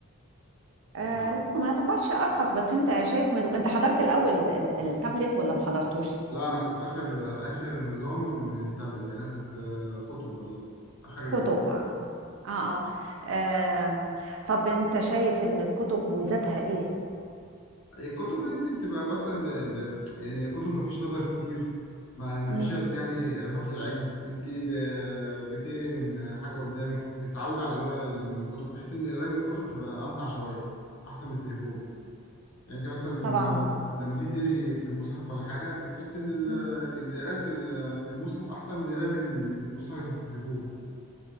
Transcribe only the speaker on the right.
آه
لا هو ما يعتبرش أرخص بس أنت شايف ملو... أنت حضرت الأول ال- ال- التابلت ولا ما حضرتوش؟
كتب آه آه, آه. طب أنت شايف إن الكتب ميزتها إيه؟
مم.
طبعا
مم.